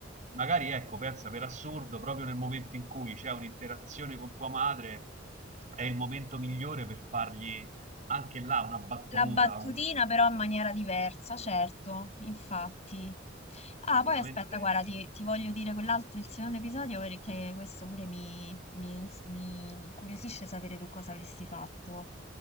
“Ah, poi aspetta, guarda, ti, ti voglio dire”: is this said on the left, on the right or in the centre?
Left